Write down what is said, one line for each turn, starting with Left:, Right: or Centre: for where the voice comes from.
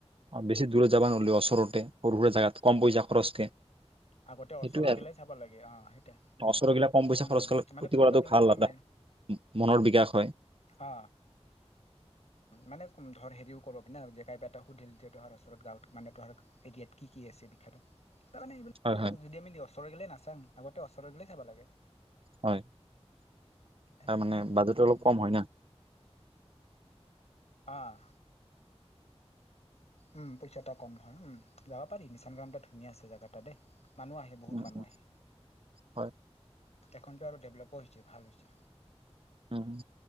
Right: অ, বেছি দূৰত যাবা নহ'লেও ওচৰতে সৰু সুৰা জাগাত। কম পইচা খৰচকৈ,
Left: আগতে ওচৰৰ
Right: সেইটোৱে আৰু,
Left: গিলাই চাব লাগে অ সেইটোৱে
Right: ওচৰবিলাক কম পইচা
Left: উম
Right: খৰচ, খ,
Left: মানে
Right: ক্ষতি
Left: ফুৰবা
Right: কৰাটো
Left: গেলে
Right: ভাল
Left: মানে
Right: লগা।
Left: মাই
Right: মনৰ বিকাশ হয়।
Left: অ মানে ধৰ হেৰিও কৰ পিনে, যে কাই পেটা সুধিল, যে তোহাৰ ওচৰত গাঁৱত, মানে তোহাৰ এৰিয়াত কি কি আছে বিখ্যাত? তাৰমানে এইবিলাকে
Right: হয় হয়
Left: আৰু, যদি আমি ওচৰৰ গিলে নাচা ছাং, আগতে ওচৰত গিলাই চাব লাগে।
Right: হয় তাৰ
Left: সেনেকা
Right: মানে,
Left: আৰু কি
Right: বাজেটটো অলপ
Left: উম
Right: কম হয় না।
Left: অঁ! উম পইচা এটা কম হয়, উম যাব পাৰি। নিচান গ্ৰামতে ধুনীয়া আছে, জেগা এটা দেই। ‌ মানুহ আহে, বহুত
Right: উম
Left: মানুহ
Right: উম
Left: আহে।
Right: হয়
Left: এখনত আৰু দে লপ হৈছে ভাল হৈছে
Right: হম্